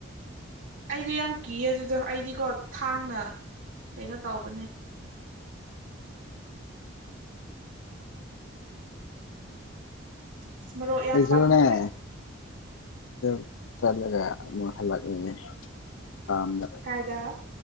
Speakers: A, on the right; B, on the left.
A: ꯑꯩꯗꯤ ꯌꯥꯝ ꯀꯤꯌꯦ ꯑꯗꯨꯗꯣ ꯑꯩꯗꯤꯀꯣ ꯊꯥꯡꯅ ꯀꯩꯅꯣ ꯇꯧꯕꯅꯦ ꯏꯁ ꯃꯔꯣꯛ ꯌꯥꯝ
B: ꯑꯩꯁꯨꯅꯦ
A: ꯄꯥꯟꯍꯧꯔꯦ
B: <unintelligible> ꯆꯠꯂꯒ ꯑꯃ ꯍꯜꯂꯛꯑ‌ꯦ ꯐꯥꯝꯗ
A: ꯀꯥꯏꯗꯥ